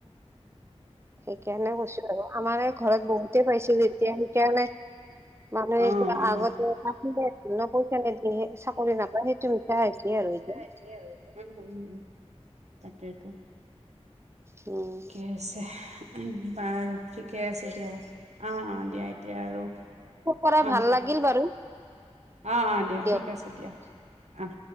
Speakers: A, on the right (about 80°); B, on the right (about 25°).
A: <inaudible>
B: সেইকাৰণে কৈছো আৰু আমাৰ এই ঘৰত বহুতে পাইছে যেতিয়া সেইকাৰণে মানুহে
A: অ',
B: এতিয়া
A: অ
B: আগতে <unintelligible> না পইচা নিদিলে চাকৰি নাপায় সেই <unintelligible>
A: হৈছে আৰ কিমান উম, উম তাকেইটো।
B: উম
A: এ আছে উম, বাৰু ঠিকে আছে দিয়া অ', অ', দিয়া এতিয়া আৰু
B: পৰা
A: অ',
B: ভাল
A: অ',
B: লাগিল বাৰু।
A: অ', অ', দিয়া
B: দিয়ক
A: ঠিক আছে দিয়া অহ।